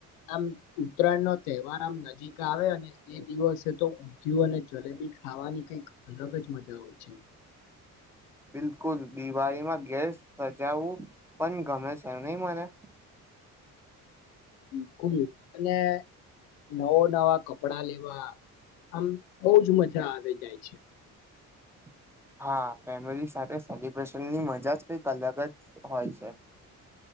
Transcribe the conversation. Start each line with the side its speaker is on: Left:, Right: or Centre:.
Left: આમ ઉત્તરાયણ નો તહેવાર આમ નજીક આવે અને એ દિવસે તો ઉધય્યું અને જલેબી ખાવાની કઈક અલગ જ મજા હોય છે.
Centre: <inaudible> બિલકુલ દિવાળીમાં ગેસ સજાવું પણ ગમે છે એ ની મને.
Left: બિલકુલ અને નવો નવા કપડા લેવા આમ બઉજ મજા આવી જાય છે.
Centre: <inaudible> હા ફેમિલી સાથે સેલિબ્રેશનની મજા જ કંઈક અલગ જ હોય છે. <inaudible>